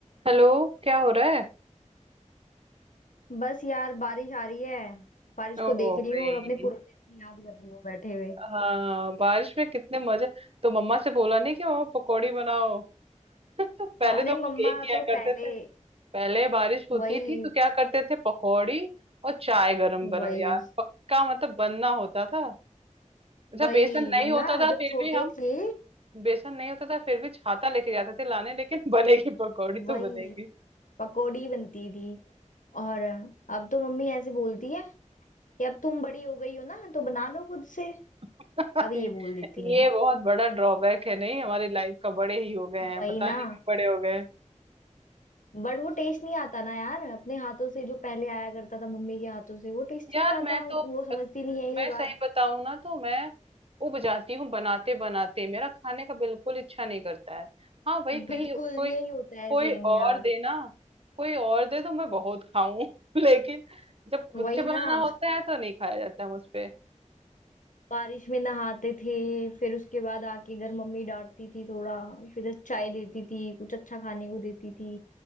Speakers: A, on the right (about 50°); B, on the left (about 85°).
A: Hello क्या हो रहा है
B: बस यार बारिश आ रही है बारिश
A: ओ
B: को देख रही
A: भाई
B: हूँ और अपने पुराने दिन याद कर रही हूँ बैठे हुए
A: हाँ बारिश में कितने मजे तो मम्मा से बोला नहीं कि मम्मा पकौड़ी बनाओ <laughs> पहले
B: अरे
A: तो हम
B: मम्मा
A: लोग यही किया
B: तो
A: करते
B: पहले
A: थे पहले बारिश होती
B: वही
A: थी तो क्या करते थे पकौड़ी और चाय गरम
B: वही
A: गरम यार पक्का मतलब बनना होता था अच्छा
B: वही
A: बेसन नहीं
B: ना
A: होता था
B: जब
A: फिर
B: छोटे
A: भी हम
B: थे
A: बेसन नहीं होता था फिर भी छाता लेके जाते थे लाने लेकिन <laughs> बनेगी पकौड़ी तो
B: वही
A: बनेगी
B: पकोड़ी बनती थी और अब तो मम्मी ऐसे बोलती है कि अब तुम बड़ी हो गई हो ना तो बना लो खुद से
A: <laughs>
B: अब ये बोल देती
A: ये
B: है
A: बहुत बड़ा ड्रॉबैक है नहीं हमारी लाइफ का बड़े ही हो गए हैं
B: वही
A: पता
B: ना
A: नहीं क्यों बड़े हो गए
B: बट वो टेस्ट नहीं आता ना यार अपने हाथों से जो पहले आया करता था मम्मी के हाथों से वो टेस्ट
A: यार
B: ही नहीं आता
A: मैं तो
B: वो समझती नहीं है
A: मैं
B: ये
A: सही
B: बात
A: बताऊं ना तो मैं उब जाती हूँ बनाते बनाते मेरा खाने का बिल्कुल इच्छा नहीं करता है हाँ भाई कहीं
B: बिल्कुल
A: कोई
B: यही होता है
A: कोई
B: सेम
A: और
B: यार
A: दे ना कोई और दे तो मैं बहुत खाऊं <laughs> लेकिन जब खुद
B: वही
A: से बनाना
B: ना
A: होता है तो नहीं खाया जाता है मुझ पे
B: बारिश में नहाते थे फिर उसके बाद आके घर मम्मी डांटती थी थोड़ा फिर चाय देती थी कुछ अच्छा खाने को देती थी